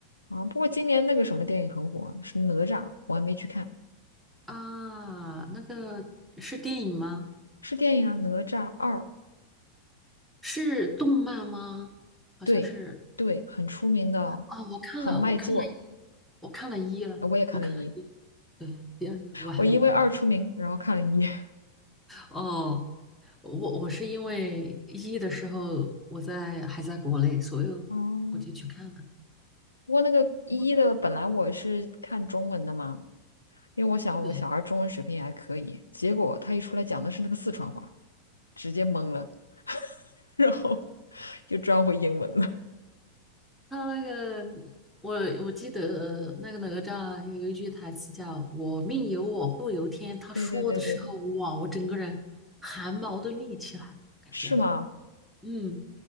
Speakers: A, on the left; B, in the centre.
A: 啊，不过今年那个什么电影很火啊是哪吒，我还没去看，
B: <laughs> 啊。那个是电影吗？
A: 是电影啊，《哪吒二》，
B: 是动漫吗？好像是
A: 对，对，很出名的，
B: 哦，我看了，
A: 很卖座。
B: 我看了，我看了一了，
A: 呃我也看了一，
B: 我看了一，对，第二我还没看。
A: 我因为二出名，然后看了一。<laughs>
B: 哦，我我是因为一的时候我在还在国内，所以
A: 哦，
B: 我就去看了。
A: 不过那个一的本来我是看中文的嘛，
B: 嗯
A: 因为我想我小孩中文水平也还可以，
B: 对，
A: 结果他一出来讲的是那个四川话，直接懵了，<laughs> 然后就转回英文了。
B: 他那个我我记得那个哪吒啊有一句台词叫“我命由我不由天”，
A: <laughs>
B: 他说的时候，
A: 对对对对对，
B: 哇，我整个人汗毛都立起来感觉
A: 是吗？
B: 嗯。